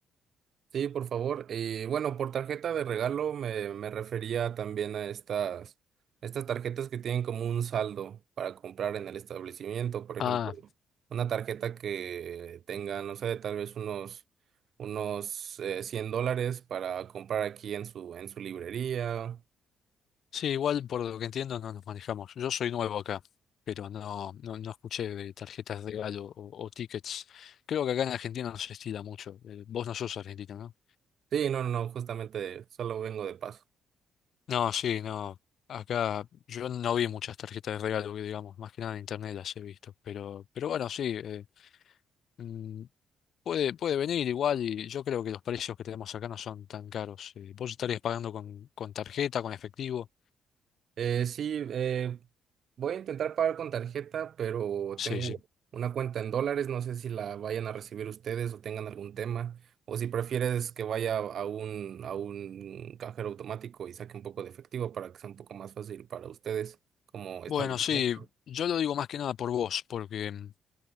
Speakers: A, on the right; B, on the left.
A: Sí, por favor. Y bueno, por tarjeta de regalo me, me refería también a estas, estas tarjetas que tienen como un saldo para comprar en el establecimiento. Por ejemplo,
B: Ah,
A: una tarjeta que tenga, no sé, tal vez unos, unos eh, 100 dólares para comprar aquí en su, en su librería.
B: Sí, igual por lo que entiendo no nos manejamos. Yo soy nuevo acá, pero no, no, no escuché de tarjetas de regalo o, o tickets. Creo que acá en Argentina no se estila mucho. Eh, vos no sos argentino, ¿no?
A: Sí, no, no, no, justamente solo vengo de paso.
B: No, sí, no. Acá yo no vi muchas tarjetas de regalo, que digamos, más que nada en internet las he visto. Pero, pero bueno, sí, eh, mm, puede, puede venir igual y yo creo que los precios que tenemos acá no son tan caros. Eh, vos estarías pagando con, con tarjeta, con efectivo.
A: Eh, sí, eh, voy a intentar pagar con tarjeta, pero
B: Sí,
A: tengo
B: sí.
A: una cuenta en dólares. No sé si la vayan a recibir ustedes o tengan algún tema, o si prefieres que vaya a un, a un cajero automático y saque un poco de efectivo para que sea un poco más fácil para ustedes como establecimiento.
B: Bueno, sí, yo lo digo más que nada por vos, porque... mm,